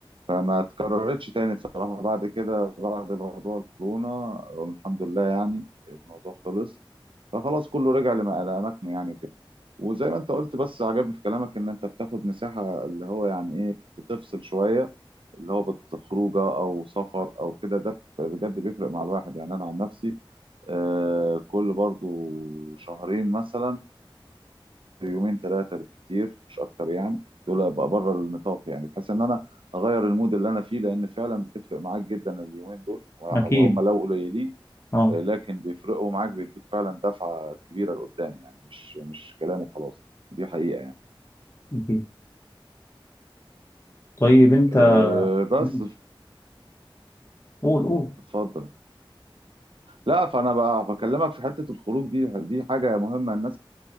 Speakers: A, on the right; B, on the left.
A: فما اتكررتش تاني بصراحه بعد كده بعد موضوع الكورونا الحمد لله يعني الموضوع خلص فخلاص كله رجع لما- لاماكنه يعني وكده وزي ما انت قلت بس عجبني في كلامك ان انت بتاخد مساحه اللي هو يعني ايه بتفصل شويه اللي هو بتخرجه او سفر او كده ده بجد بيفرق مع الواحد يعني انا عن نفسي آه، كل برضو شهرين مثلا يومين ثلاثة بالكتير مش أكتر يعني دول بقى بره النطاق يعني بحيث إن أنا أغير المود اللي أنا فيه لأن فعلا بتفرق معاك جدا اليومين دول وهم
B: اكيد
A: لو قليلين
B: اه
A: آه، لكن بيفرقوا معاك بيدوك فعلا دفعة كبيرة لقدام يعني مش مش كلام وخلاص دي حقيقة يعني
B: اكيد طيب انت
A: أه بس
B: ماشي قول قول
A: اتفضل لا فأنا بقى بكلمك في حتة الخروج دي دي حاجة مهمة الناس